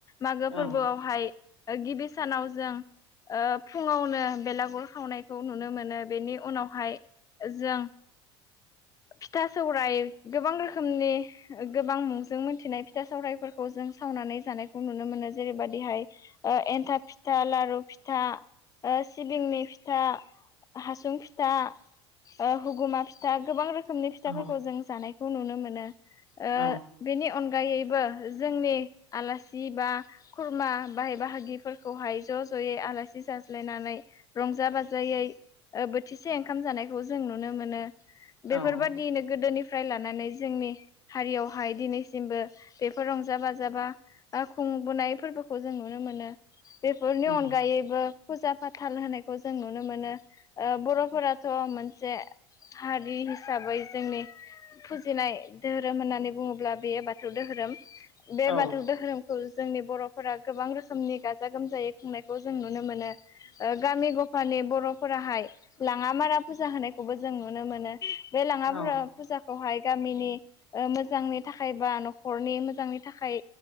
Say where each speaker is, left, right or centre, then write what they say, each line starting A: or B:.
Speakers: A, on the left; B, on the left.
A: मागो फोरबोआवहाय
B: औ
A: गिबि सानाव जों ओ फुङावनो बेलागुर गुर सावनायखौ नुनो मोनो बेनि उनावहाय जों फिथा सौराइ गोबां रोखोमनि गोबां मुंजों मोनथिनाय फिथा सौवरायफोरखौ जों सावनानै जानायखौ नुनो मोनो। जेरैबायदिहाय एन्थाब फिथा लारु फिथा ओ सिबिंनि फिथा हासुं फिथा ओ हुगुमा फिथा गोबां रोखोम रोखोमनि फिथाफोरखौ
B: औ
A: जों जानायखौ नुनो मोनो ओ
B: औ
A: बेनि अनगायैबो जोंनि आलासि बा खुरमा बाहाय बाहागिफोरखौहाय ज' ज'यै आलासि जाज्लायनानै रंजा बाजायै ओ बोथिसे ओंखाम जानायखौ जों नुनो मोनो।
B: औ
A: बेफोरबायदियैनो गोदोनिफ्राय लानानै जोंनि हारियावहाय दिनैसिमबो बेफोर रंजा बाजा बा ओ खुंबोनाय फोरबोखौ जों नुनो मोनो। बेफोरनि
B: उम
A: अनगायैबो फुजा फाथाल होनाय खौ जों नुनो मोनो ओ बर'फोराथ' मोनसे हारि हिसाबै जोंनि फुजिनाय धोरोम होननानै बुङोब्ला बेयो बाथौ धोरोम। बे
B: औ
A: बाथौ धोरोमखौ जोंनि बर'फोरा गोबां रोखोमनि गाजा गोमजायै खुंनायखौ जों नु नो मोनो ओ गामि गफानि बर'फोराहाय लाङा मारा फुजा होनायखौबो जों नुनो मोनो। बे लाङाफारा
B: औ
A: फुजाखौहाय गामिनि ओ मोजांनि थाखाय बा न'खरनि मोजांनि थाखाय